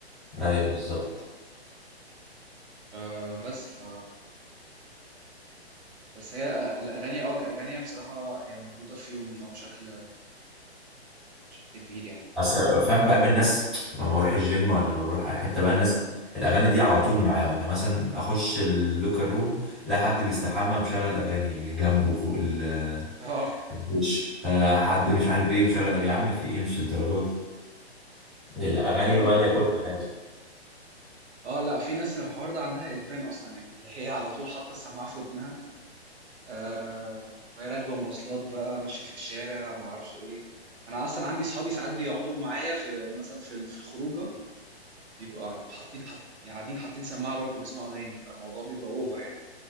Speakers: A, in the centre; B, on the right.
A: ايوه بالظبط
B: أه بس ف بس هي آه، الأغاني أه كأغاني بصراحة هي موجودة في يومي أه بشكل بشكل كبير يعني
A: اصل فاهم بقابل ناس لما بروح الجيم ولا لما بروح اي حته بقى الناس الاغاني دي على طول معاهم يعني مثلا اخش اللوكر روم الاقي حد بيستحمى مشغل اغاني جنبه فوق ال
B: أه
A: مش آه، حد مش عارف ايه مشغل أغاني. يا عم في ايه مش الدرجه دي الاغاني
B: لا
A: ماليه كل حاجه
B: اه لا في ناس الحوار ده عندها ادمان اصلا يعني اللي هي على طول حاطه السماعه في ودنها آه وهي راكبه مواصلات بقى ماشيه في الشارع ما اعرفش ايه انا اصلا عندي صحابي ساعات بيقعدوا معايا في مثلا في ال- في الخروجه بيبقوا قاعد- حاطين حط يعني قاعدين حاطين سماعه برضو بيسمعوا اغاني فالموضوع بيبقى اوفر يعني